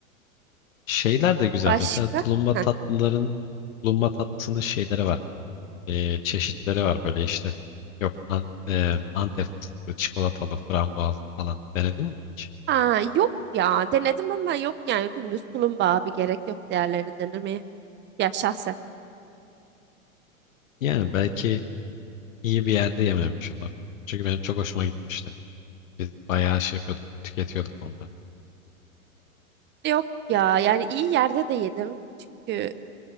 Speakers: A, on the left; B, on the right.
A: Şeyler de güzel.
B: Başka?
A: Mesela tulumba
B: Heh.
A: tatlıların tulumba tatlısının şeyleri var. Ee, çeşitleri var böyle işte. Yok an, e, Antep fıstıklı, çikolatalı, frambuazlı falan. Denedin mi hiç?
B: Ha, yok ya denedim ama yok yani dümdüz tulumba abi gerek yok değerlerini denemeye. Ya şahsen.
A: Yani belki iyi bir yerde yememiş olabilir. Çünkü benim çok hoşuma gitmişti. Biz bayağı şey yapıyorduk, tüketiyorduk onları.
B: Yok ya yani iyi yerde de yedim. Çünkü